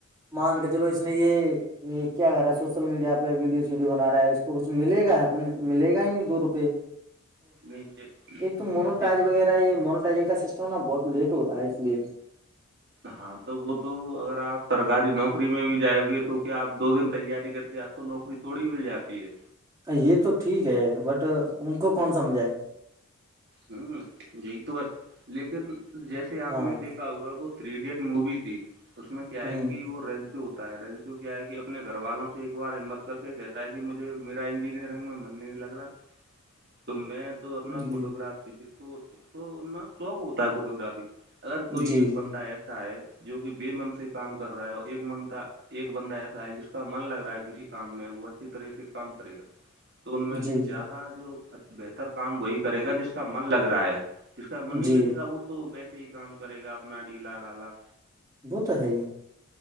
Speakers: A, on the right (about 15°); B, on the right (about 50°).
A: مان کے چلو اس نے یہ- یہ کیا کر رہا ہے سوشل میڈیا پہ ویڈیو سیڈیو بنا رہا ہے اس کو کچھ ملے گا ہے تو ملے گا ہی نہیں دو روپے-
B: نہیں
A: ایک تو مونوٹائج
B: جیسے
A: وغیرہ یہ منیوٹائجنگ کا سسٹم نا بہت لیٹ ہوتا ہے اس لیے-
B: ہاں تو وہ تو اگر آپ سرکاری نوکری میں بھی جائ گے تو کیا آپ دو دن تیاری کر کے آپ- کو نوکری تھوڑی مل جاتی ہے
A: یہ تو ٹھیک ہے بٹ ان کو کون سمجھائے
B: ہوں یہی تو ب لیکن جیسے آپ
A: ہاں
B: نے دیکھ ہوا وہ تھری ایڈیٹ مووی تھی اس میں کیا
A: ہوں
B: ہے کہ وہ رینج ہوتا ہے رینچو کیا ہے کہ اپنے گھر والوں سے ایک بار ہمت کر کے کہتا ہے کہ مجھے میرا انجینئرنگ میں مننی لگ رہا تو میں تو اپنا
A: جی
B: فوٹو گرافنا شوق ہوتا ہے فوٹو گرافی اگر
A: جی
B: کوئی ایک
A: جی
B: بندہ ایسا ہے جو کہ بے من سے کام کر رہا ہے اور ایک من کا ایک بندہ ایسا ہے جس کا من لگ رہا ہے کسی کام میں وہ اچھی طرح سے کام کرے گا تو ان میں
A: جی
B: سے زیادہ
A: جی
B: جو بہتر کام وہی کرے گا جس کا من لگ رہا ہے جس کا من نہیں
A: جی
B: لگے گا وہ تو ویسے ہی کام کرے گا اپنا ڈھیلا ڈالا
A: وہ تو ہے